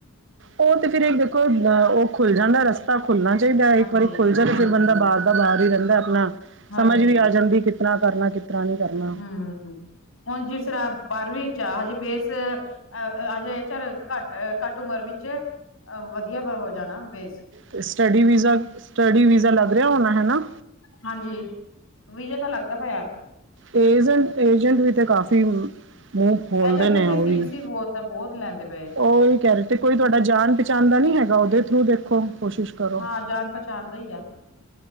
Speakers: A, on the right (about 60°); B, on the left (about 70°).
A: ਓ ਤੇ ਫਿਰ ਦੇਖੋ ਅ ਓ ਖੁੱਲ ਜਾਂਦਾ ਰਸਤਾ ਖੁੱਲਨਾ ਚਾਈਦਾ
B: ਹਾਂਜੀ-ਹਾਂਜੀ,
A: ਇੱਕ ਵਾਰੀ ਖੁੱਲਜਾ ਤੇ ਫਿਰ ਬੰਦਾ ਬਾਰ ਬਾਰ ਈ ਰੈਂਦਾ ਆਪਨਾ,
B: ਹਾਂਜੀ
A: ਸਮਝ ਵੀ ਆ ਜਾਂਦੀ ਕਿਤਰਾਂ ਕਰਨਾ ਕਿਤਰਾਂ ਨਈਂ ਕਰਨਾ।
B: ਹੂੰ, ਹੁਨ ਜਿਸਰਾ ਬਾਰਵੀਂ ਚਾ ਹਜੇ ਬੇਸ ਅ ਹਜੇ ਚਰ ਘੱਟ-ਘੱਟ ਉਮਰ ਵਿੱਚ ਵਦੀਆ ਹੋ ਜਾਨਾ ਬੇਸ।
A: ਤੇ ਸਟੱਡੀ ਵੀਜ਼ਾ ਸਟੱਡੀ ਵੀਜ਼ਾ ਲੱਗ ਰਿਆ ਹੋਨਾ ਹੈਨਾ।
B: ਹਾਂਜੀ ਵੀਜਾ ਤਾਂ ਲੱਗਦਾ ਪਿਆ।
A: ਏਜੰਟ-ਏਜੰਟ ਵੀ ਤੇ ਕਾਫੀ ਹੁ ਮੂੰਹ ਖੋਲਦੇ
B: ਏਜੰਟ
A: ਨੇ
B: ਦੇ
A: ਓਈ
B: ਫੀਸ
A: ਵੀ
B: ਹੀ ਬਹੁਤ ਬਹੁਤ ਲੈਂਦੇ ਪਏ
A: ਓਈ ਕੈ ਕੋਈ ਤੁਆਡਾ ਜਾਨ ਪਹਿਚਾਨ ਦਾ ਨੀ ਹੈਗਾ ਓਦੇ ਥਰੂ ਦੇਖੋ ਕੋਸ਼ਿਸ਼ ਕਰੋ
B: ਹਾਂ ਜਾਨ ਪਚਾਨ ਦਾ ਈ ਆ।